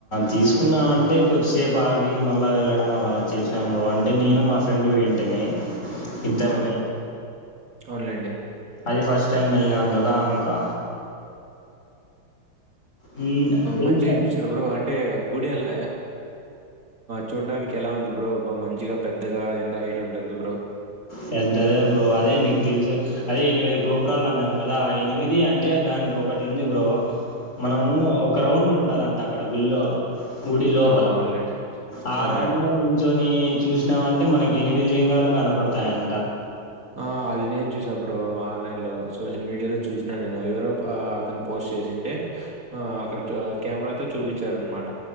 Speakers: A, on the left (about 40°); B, on the right (about 45°).
A: తీసుకున్నామ అంటే కొద్దిసేపు ఆగి మళ్ళా వెళ్ళడం అలా చేసినాము అంటే నేను మా ఫ్రెండ్ పోయింటిమి ఇద్దరమే
B: ఆ! అవునులెండి.
A: అది ఫస్ట్ టైం వెళ్ళినాం కదా ఇంకా మ్మ్, తెలుసండి
B: మంచిగా అనిపించిందా బ్రో అంటే గుడి అ చూడ్డానికి ఎలా ఉంది బ్రో మంచిగా పెద్దగా ఎంత హైట్ ఉంటుంది బ్రో?
A: పెద్దదే బ్రో అదే మీకు తెలుసు అదే ఎనిమిది గోపురాలు అన్నాం కదా ఆ ఎనిమిది ఇది అంటే దానికి ఒకటింది బ్రో మనము ఒక రౌండ్ ఉంటాదంట అక్కడ గుల్లో గుడి లోపల
B: ఆ! అవునులెండి.
A: ఆ
B: అవునులెండి.
A: రౌండ్ లో నుంచొని చూసినామంటే మనకి ఎనిమిది లింగాలు కనపడతాయం
B: ఆ అది నేన్ చూసా బ్రో ఆన్లైన్ లో సోషల్ మీడియాలో చూసినాను నేను ఎవరో అతను పోస్ట్ చేసింటే ఆ అక్కడ చు కెమెరాతో చూపించారన్నమాట